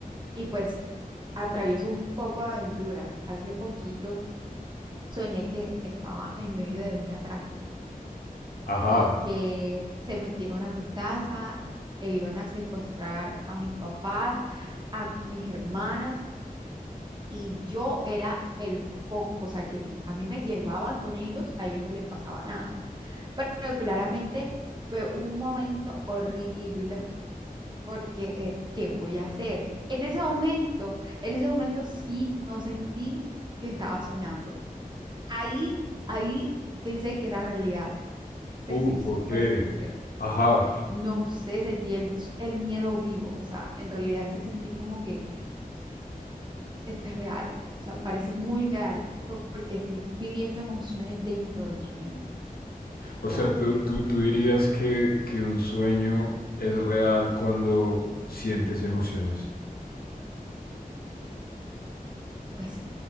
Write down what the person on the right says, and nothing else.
y pues atravieso un poco de aventuras. Hace poquito soñé que estaba en medio de un atraco
y que se metieron a mi casa e iban a secuestrar a mis papás, a mis hermanas y yo era el foco, o sea, que si a mí me llevaban con ellos, a ellos no les pasaba nada. Pero claramente fue un momento horrible porque eh, ¿qué voy a hacer? En ese momento, en ese momento sí no sentí que estaba soñando. Ahí, ahí pensé que era realidad, te
soy súper
sincera.
No sé, sentí el, el miedo vivo, o sea, en realidad sí sentí como que esto es real, o sea, parece muy real por- porque estoy viviendo emociones dentro del sueño,
¿ya?
Pues